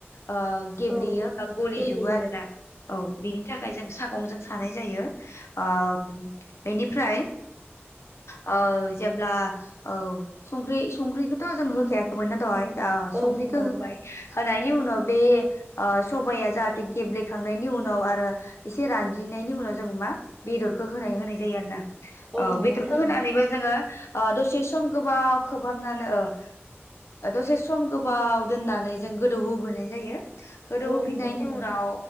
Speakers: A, on the left; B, in the centre.
A: ओ गेब्लेयो
B: औ
A: बा गलिजोबो
B: गेब्लेयो
A: आरो ना औ बिनि थाखाय जों सा गंजों सानाय जायो ओ बेनिफ्राय ओ जेब्ला औ संख्रि संख्रिखौथ' जों होखाया खैमोनना दहाय दा संख्रिखो
B: औ नंगौ
A: होबाय । होनायनि उनाव बे ओ सबाया जाहाथे गेब्लेखांनायनि उनाव आरो एसे रानज्रिंनायनि उनाव जों मा बेदरखौ होनाय होनाय जायो आरो ना। औ
B: नंगौ
A: बेदरखौ
B: थारैनो
A: होनानैबो जोङो ओ दसे सम गोबाव खोबहाबनानै ओ ओ दसे सम गोबाव दोननानै जों गोदौ होबावनाय जायो। गोदौ
B: औ
A: होफिननायनि
B: नंगौ थारैनो
A: उनाव